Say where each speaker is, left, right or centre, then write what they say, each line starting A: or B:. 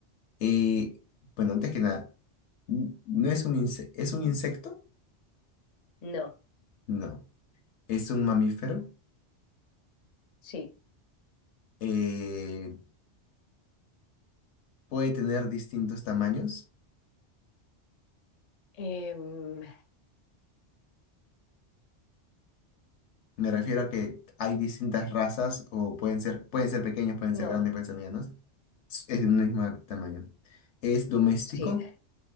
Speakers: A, on the left; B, on the left.
A: Eh, bueno, antes que nada, n- ¿no es un inse- es un insecto?
B: No,
A: No. ¿Es un mamífero?
B: sí.
A: Eh, ¿puede tener distintos tamaños?
B: Em, mm,
A: Me refiero a que hay distintas razas o pueden ser, pueden ser pequeños, pueden
B: no,
A: ser grandes, pueden ser medianos. Es es de un mismo tamaño. ¿Es doméstico?
B: sí,